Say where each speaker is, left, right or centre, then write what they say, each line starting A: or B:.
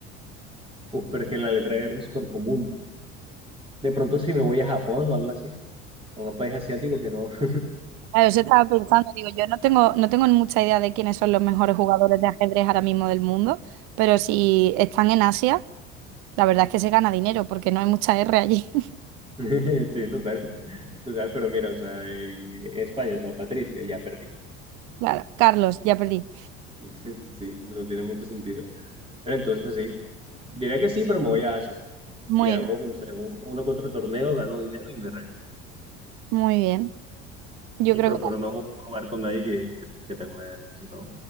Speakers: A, on the right; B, on the right.
A: Uf, pero es que la letra R es súper común. De pronto si me voy a Japón o algo así, o a un país asiático que no, <laughs>
B: Claro, eso estaba pensando, digo, yo no tengo, no tengo mucha idea de quiénes son los mejores jugadores de ajedrez ahora mismo del mundo, pero si están en Asia, la verdad es que se gana dinero porque no hay mucha R allí. <laughs>
A: <laughs> Sí, total, total, pero mira, o sea, en España, o sea, Patricia, ya perdí.
B: Claro, Carlos, ya perdí.
A: <laughs> Sí, no tiene mucho sentido. Pero entonces sí, diría que sí, pero me voy a Asia
B: Muy,
A: y hago, no sé, un, uno que otro torneo, gano dinero y me regreso.
B: muy bien. Yo
A: Y
B: creo
A: procuro
B: que
A: no ju- no jugar con nadie que, que, que tenga una hernia, no.